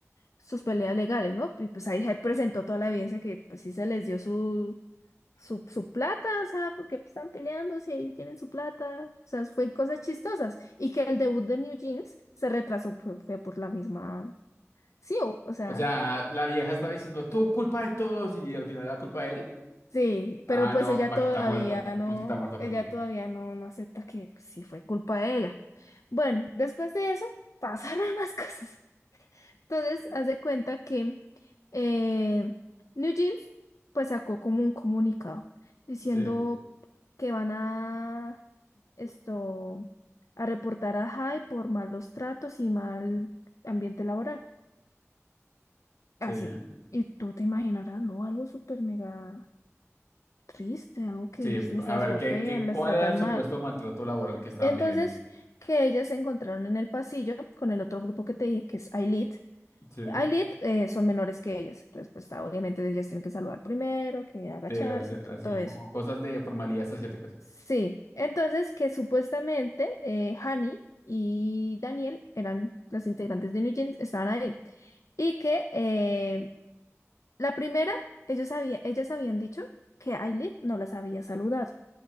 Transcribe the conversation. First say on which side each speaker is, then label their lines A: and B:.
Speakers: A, on the left; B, on the left.
A: sus peleas legales, ¿no? Y pues ahí, ahí presentó toda la evidencia que pues sí se les dio su, su, su plata, o sea, porque pues, están peleándose y tienen su plata, o sea, fue cosas chistosas. Y que el debut de New Jeans se retrasó por, fue por la misma CEO, o o sea,
B: O sea, la vieja estaba diciendo, tú culpa de todos, y al final era culpa de ella.
A: sí,
B: Ah,
A: pero pues
B: no,
A: ella
B: vaquita
A: todavía
B: muerta.
A: no,
B: Mosquita muerta,
A: ella
B: perdón.
A: todavía no, no acepta que pues, sí fue culpa de ella. Bueno, después de eso <laughs> pasaron más cosas. Entonces, haz de cuenta que eh, New Jeans pues sacó como un comunicado diciendo
B: Sí,
A: que van a esto a reportar a Jai por malos tratos y mal ambiente laboral.
B: sí,
A: Así.
B: ¿eh?
A: Y tú te imaginarás, ¿no? Algo súper mega triste, algo que
B: sí.
A: es- les
B: A
A: las
B: ver,
A: golpean,
B: ¿qué, qué, cuál
A: las tratan
B: era el supuesto
A: mal.
B: maltrato laboral que estaban
A: Entonces,
B: viviendo?
A: que ellas se encontraron en el pasillo con el otro grupo que te dije, que es Ailit
B: Sí,
A: Ailit eh, son menores que ellas, entonces pues ah, obviamente ellas tienen que saludar primero, que agacharse
B: sí, así,
A: y to-
B: así
A: todo, eso.
B: como cosas de formalidades asiáticas.
A: Sí, entonces que supuestamente eh, Hani y Daniel eran las integrantes de New Jeans, estaban ahí. Y que eh, la primera, ellos había, ellas habían dicho que Ailit no las había saludado.